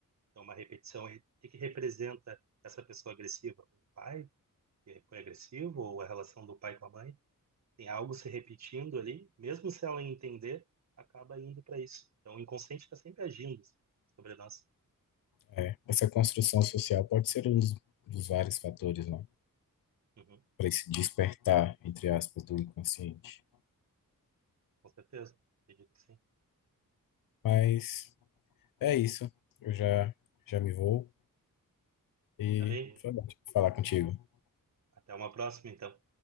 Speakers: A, on the right; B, on the left.
A: Então, uma repetição, e o que que representa essa pessoa agressiva? Um pai que foi agressivo ou a relação do pai com a mãe? tem algo se repetindo ali, mesmo se ela entender, acaba indo para isso. Então, o inconsciente está sempre agindo assim, sobre nós.
B: É, essa construção social pode ser um dos, dos vários fatores, né,
A: Uhum,
B: para esse despertar, entre aspas, do inconsciente.
A: com certeza, acredito que sim.
B: Mas é isso. Eu já, já me vou e
A: Tá bem?
B: foi bom falar contigo.
A: Até uma próxima, então.